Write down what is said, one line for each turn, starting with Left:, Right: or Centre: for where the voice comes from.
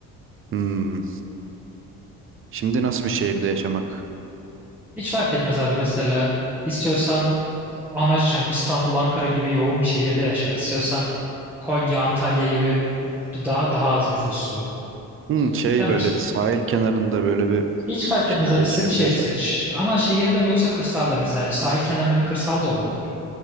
Right: Hmm. Şimdi nasıl bir şehirde yaşamak?
Centre: Hiç fark etmez abi. Mesela istiyorsan amacı yani İstanbul, Ankara gibi yoğun bir şehirde yaşa. İstiyorsan Konya, Antalya gibi daha daha az nüfuslu.
Right: Hmm, şey
Centre: Demirsin.
Right: böyle sahil kenarında böyle bir
Centre: Hiç fark
Right: şeyde
Centre: etmez abi. İstediğin
Right: yaşayabiliyorsak.
Centre: şehri seç. Ama şehirde mi yoksa kırsalda mesela sahil kenarında bir kırsal da olabilir.